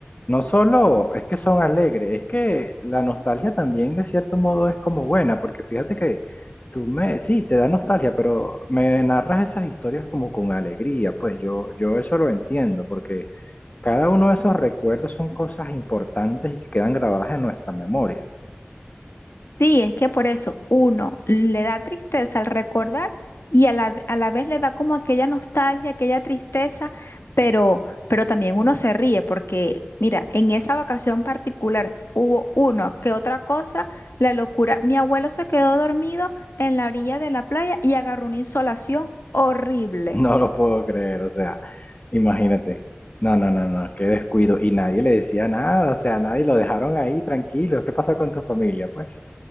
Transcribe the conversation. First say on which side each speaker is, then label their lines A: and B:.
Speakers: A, on the left (about 35°); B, on the left (about 65°).
A: No solo es que son alegres, es que la nostalgia también de cierto modo es como buena, porque fíjate que tú me, sí, te da nostalgia, pero me narras esas historias como con alegría, pues yo, yo eso lo entiendo, porque... Cada uno de esos recuerdos son cosas importantes y que quedan grabadas en nuestra memoria. <laughs>
B: Sí, es que por eso uno le da tristeza al recordar y a la, a la vez le da como aquella nostalgia, aquella tristeza, pero, pero también uno se ríe porque, mira, en esa vacación particular hubo uno que otra cosa, la locura. Mi abuelo se quedó dormido en la orilla de la playa y agarró una insolación horrible.
A: No lo puedo creer, o sea, imagínate. No, no, no, no, qué descuido. Y nadie le decía nada, o sea, nadie lo dejaron ahí tranquilo. ¿Qué pasa con tu familia, pues?